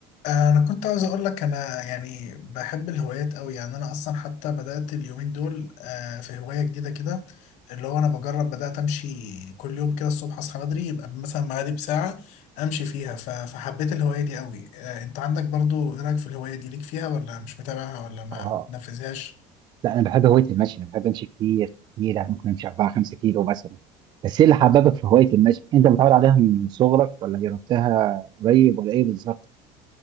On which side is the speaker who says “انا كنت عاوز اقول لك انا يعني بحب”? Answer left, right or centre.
Left